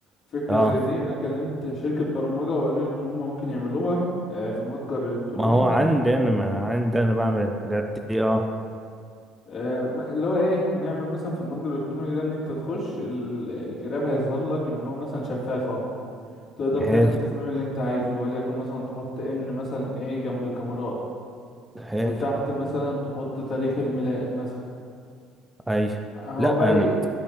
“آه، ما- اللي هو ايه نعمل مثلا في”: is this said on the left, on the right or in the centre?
Left